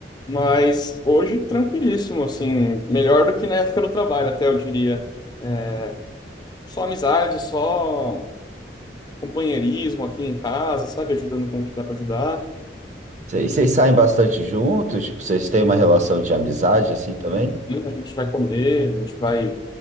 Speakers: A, on the left (about 25°); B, on the right (about 40°).
A: Mas hoje, tranquilíssimo, assim, melhor do que na época do trabalho, até eu diria. É, Só amizade, só companheirismo aqui em casa, sabe? Ajudando com o que dá pra ajudar.
B: Vocês, vocês saem bastante juntos? Tipo, vocês têm uma relação de amizade assim também?
A: né, A gente vai comer, a gente vai à